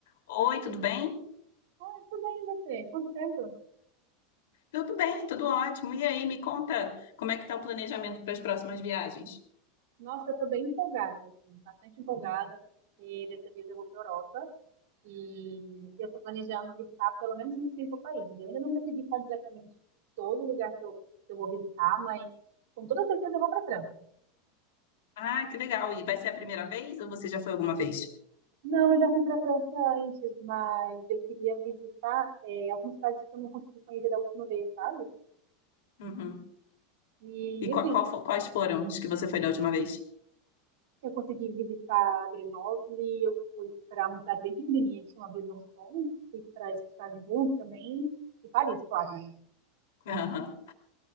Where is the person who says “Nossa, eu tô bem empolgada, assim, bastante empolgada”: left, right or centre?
Right